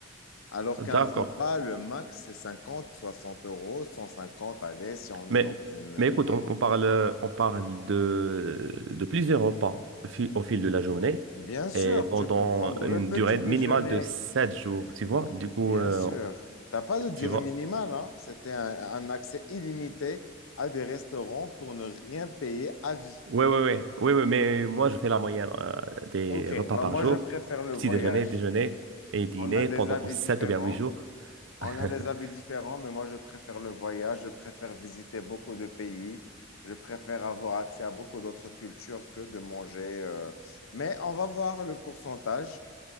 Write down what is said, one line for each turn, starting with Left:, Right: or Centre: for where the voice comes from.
Left: Alors qu'un
Right: D'accord.
Left: repas, le max, c'est 50 60 euros, 150 allez, si on
Right: Mais,
Left: est dans une... euh,
Right: mais écoute,
Left: un
Right: on,
Left: en-
Right: on parle, on parle de, de plusieurs repas au fil, au fil de la journée
Left: Bien sûr,
Right: et pendant
Left: tu peux prendre
Right: une
Left: le petit
Right: durée
Left: déjeuner,
Right: minimale de 7 jours, tu vois. Du coup,
Left: bien
Right: euh,
Left: sûr. T'as pas de durée
Right: tu vois.
Left: minimale, hein. C'était un, un accès illimité à des restaurants pour ne rien payer à vie.
Right: Oui, oui, oui. Oui, oui, mais moi, je fais la moyenne euh, des
Left: Ok,
Right: repas
Left: bah
Right: par
Left: moi
Right: jour.
Left: je préfère le
Right: Petit
Left: voyage.
Right: déjeuner, déjeuner et dîner
Left: On a des
Right: pendant
Left: avis
Right: 7
Left: différents.
Right: ou bien 8 jours.
Left: On
Right: <laughs>
Left: a des avis différents, mais moi, je préfère le voyage, je préfère visiter beaucoup de pays, je préfère avoir accès à beaucoup d'autres cultures que de manger. euh. Mais on va voir le pourcentage.